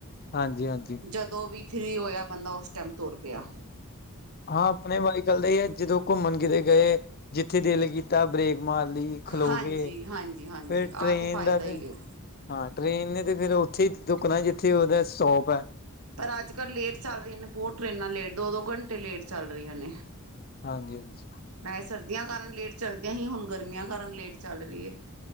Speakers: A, on the left; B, on the right.
A: ਹਾਂਜੀ-ਹਾਂਜੀ।
B: ਜਦੋਂ ਵੀ ਫਰੀ ਹੋਇਆ ਬੰਦਾ ਉਸ ਟਾਈਮ ਤੁਰ ਪਿਆ।
A: ਹਾਂ, ਆਪਣੇ ਬਾਈਕੱਲ ਦਾ ਏ ਐ ਜਦੋਂ ਘੁੰਮਣ ਕਿਤੇ ਗਏ ਜਿੱਥੇ ਦਿਲ ਕੀਤਾ ਬ੍ਰਰੇਕ ਮਾਰ ਲੀ। ਖਲੋ
B: ਹਾਂਜੀ
A: ਗੇ,
B: ਹਾਂਜੀ ਹਾਂਜੀ
A: ਫੇਰ
B: ਆਹ
A: ਟ੍ਰਰੇਨ
B: ਫਾਇਦਾ
A: ਦਾ ਤੇ
B: ਹੀ ਹੈ
A: ਹਾਂ, ਟ੍ਰਰੇਨ ਨੇ ਤੇ ਫਿਰ ਉੱਥੇ ਹੀ ਰੁੱਕਣਾ ਜਿੱਥੇ ਉਹਦਾ ਸਟੋਪ ਐ।
B: ਪਰ ਅੱਜ ਕੱਲ੍ਹ ਲੇਟ ਚੱਲ ਰਹੀਆਂ ਨੇ ਬਹੁਤ ਟਰੇਨਾਂ ਲੇਟ ਦੋ-ਦੋ ਘੰਟੇ ਲੇਟ ਚੱਲ ਰਹੀਆਂ ਨੇ।
A: ਹਾਂਜੀ-ਹਾਂਜੀ।
B: ਮੈਂ ਸਰਦੀਆਂ ਕਾਰਨ ਲੇਟ ਚੱਲਦੀਆਂ ਹੀ, ਹੁਣ ਗਰਮੀਆਂ ਕਾਰਨ ਲੇਟ ਚੱਲ ਰਹੀ ਐ।